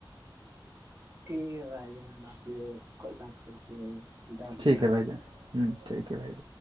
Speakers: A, on the right; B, on the right.
A: ٹھیک ہے بھائی ج آپ سے کل بات کر اہ پیسہ
B: ٹھیک
A: ہے
B: بھائی جان
A: <unintelligible>
B: ہوں ٹھیک ہے بھائیر